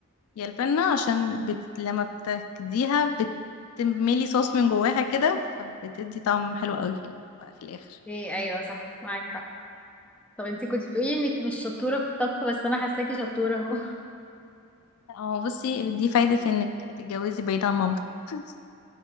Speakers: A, on the left; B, in the centre.
A: يا البنه عشان بت... لما بتكديها بتملي صوص من جواها كده فبتدي طعم حلو قوي في ال- في الاخر
B: ايه ايوه صح معاك حق طب انتي كنت بتقولي انك مش شطورة في الطبخ بس انا حاساكي شطورة اهو
A: اه بصي دي فايده انك تتجوزي بعيد عن مامتك <laughs>